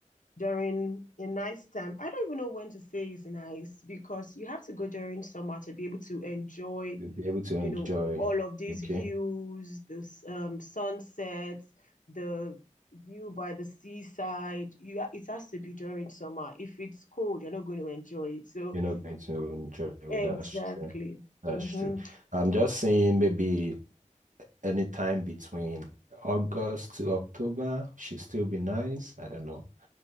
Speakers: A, on the left (about 80°); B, on the right (about 80°).
A: during a nice time. I don't even know when to say is nice because you have to go during summer to be able to enjoy,
B: be able to
A: you
B: enjoy.
A: know, all of these
B: Okay,
A: views, this um sunsets, the view by the seaside. You ha- it has to be during summer. If it's cold, you're not going to enjoy it. So
B: you're not going to enjoy. Well,
A: exactly.
B: that's true. That's
A: Mm-hmm.
B: true. I'm just saying maybe. anytime between August to October should still be nice. I don't know